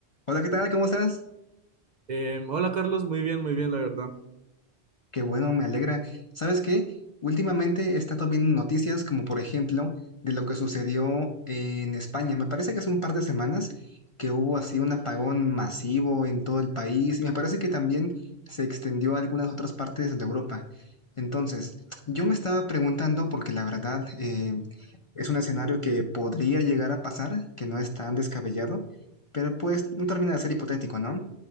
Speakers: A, on the left; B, on the right.
A: Hola, ¿qué tal? ¿Cómo estás?
B: Eh, hola Carlos, muy bien, muy bien, la verdad.
A: Qué bueno, me alegra. ¿Sabes qué? Últimamente he estado viendo noticias como por ejemplo de lo que sucedió en España. Me parece que hace un par de semanas que hubo así un apagón masivo en todo el país y me parece que también se extendió a algunas otras partes de Europa. Entonces, yo me estaba preguntando porque la verdad eh, es un escenario que podría llegar a pasar, que no es tan descabellado, pero pues no termina de ser hipotético, ¿no?